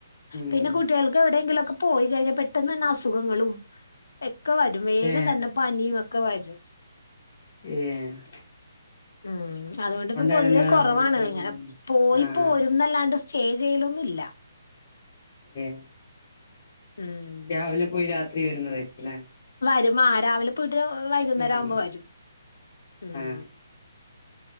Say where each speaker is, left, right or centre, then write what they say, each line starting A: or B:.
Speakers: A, on the left; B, on the left.
A: ഉം
B: പിന്നെ കുട്ടികൾക്ക് എവിടെങ്കിലൊക്കെ പോയി കഴിഞ്ഞാ പെട്ടെന്ന് തന്നെ അസുഖങ്ങളും ഒക്കെ വരും വേഗം
A: ഏ
B: തന്നെ പനിയും ഒക്കെ വരും
A: ഏഹ്
B: ഉം അതുകൊണ്ട്പ്പോ പൊതുവെ
A: എടങ്ങേറാവുന്നു
B: കുറവാണ്
A: കുട്ടികളൊക്കെ
B: ഇങ്ങനെ പോയിപ്പോരും
A: ആഹ്
B: അല്ലാണ്ട് സ്റ്റേ ചെയ്യലൊന്നും ഇല്ല
A: ഏഹ്
B: ഉം
A: രാവിലെ പോയി രാത്രി വരുന്നതായിരിക്കുല്ലേ
B: വരും ആഹ് രാവിലെ പോയിട്ട് വൈകുന്നേരം
A: ആഹ്
B: ആവുമ്പോ വരും ഉം
A: ആഹ്